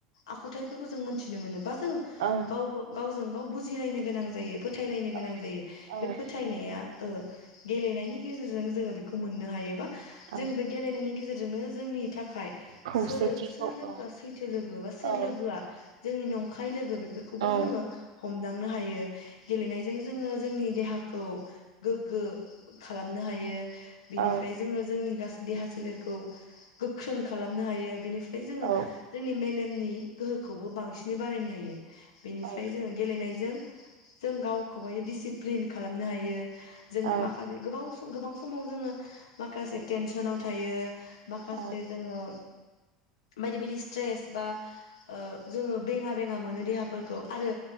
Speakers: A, on the left; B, on the right.
A: आखुथायाइफोरखौ जों मोनथिनो मोनो बा जों
B: औ
A: गाव गाव जों गाव बुजिलायनो गोनां जायो। फोथायलायनो गोनां
B: औ
A: जायो
B: औ
A: बे फोथायनाया ओ गेलेनायनि गेजेरजों जोङो बेखौ मोन मोननो हायोबा
B: औ
A: जों बे गेलेनायनि गेजेर जोंनो जोंनि थाखाय खाय
B: खौसेथिखौ
A: सोरो सोर लोगोआ
B: औ
A: सैथो लोगो बा सोर
B: औ
A: लोगोआ जोंनि नंखा हाय लोगो बेफौरखौबो
B: औ
A: जोंङो हम मोनदांनो हायो गेलेनायजों जोङो। जोंनि देहाखौ गोग्गो खालामनो हायो बिनिफ्राय
B: औ
A: जोङो जोंनि गासै देहा सोलेरखौ गोख्रों खालामनो हायो बिनिफ्राय जोङो
B: औ
A: जोंनि मेलेमनि गोहोखौबो बांसि बे बारायनो हायो। बेनिफ्राय
B: औ
A: जोङो गेलेनायजों जों गावखौबायो दिसि फ्रिन खालामनो हायो जों
B: औ
A: माखासे गोबाव सम गोबां समाव जोङो माखासे टेनसनाव था थायो माखासे
B: औ
A: जोङो बायदि -बायदि स्ट्रेस बा ओ जोङो बेङा बेङा मोनो देहाफोरखौ आरो